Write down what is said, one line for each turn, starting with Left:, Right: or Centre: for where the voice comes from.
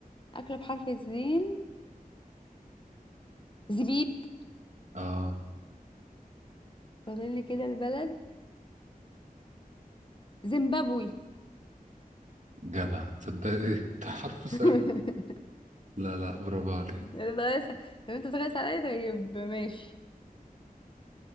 Left: اكله بحرف الزين زبيب
Right: اه
Left: فاضل لي كده البلد زيمبابوي
Right: جدع تصدقي ده حرف سهل
Left: <laughs>
Right: لا لا برافو عليك
Left: بتغير س- طب انت بتغير عليا طيب ماشي